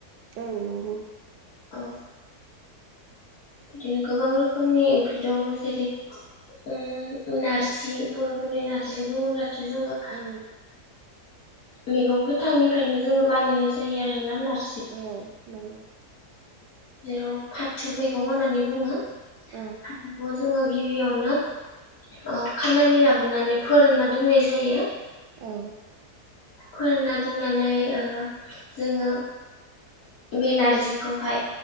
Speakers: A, on the right; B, on the left.
A: औ नंगौ
B: औ बिदिनो गोबां रोखोमनि ओंख्रि दं जेरै ओम नारजि बर'फोरनि नारजि बुङोब्लाथ' जोङो
A: औ
B: मैगं गोथांनिफ्रायनो जोङो बानायनाय जायो आरोना नार
A: औ नंगौ
B: जेराव फाथो मैगं होननानै बुङो
A: औ
B: फाथोखौ जोङो गिबियावनो ओ खानानै लाबोनानै फोरानना दोननाय जायो
A: औ
B: फोरानना दोननानै ओ जोङो बे नारजिखौहाय